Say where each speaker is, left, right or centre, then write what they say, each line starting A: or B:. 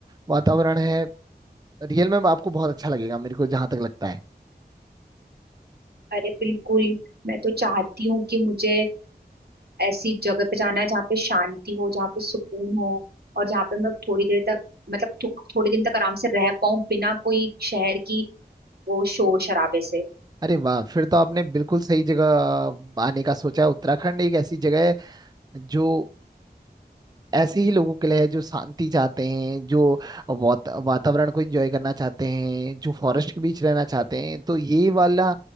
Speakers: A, on the right (about 25°); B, on the right (about 70°).
A: वातावरण है रियल में आपको बहुत अच्छा लगेगा मेरे को जहां तक लगता है
B: अरे बिल्कुल मैं तो चाहती हूँ कि मुझे ऐसी जगह पे जाना है जहाँ पे शांति हो जहाँ पे सुकून हो और जहाँ पे मैं थोड़ी देर तक मतलब थो, थोड़ी दिन तक आराम से रह पाऊँ बिना कोई शहर की वो शोर शराबे से
A: अरे वाह फिर तो आपने बिल्कुल सही जगह आने का सोचा है उत्तराखंड एक ऐसी जगह है जो ऐसे ही लोगों के लिए है जो शांति चाहते हैं जो वात, वातावरण को एंजॉय करना चाहते हैं जो फॉरेस्ट के बीच रहना चाहते हैं तो ये वाला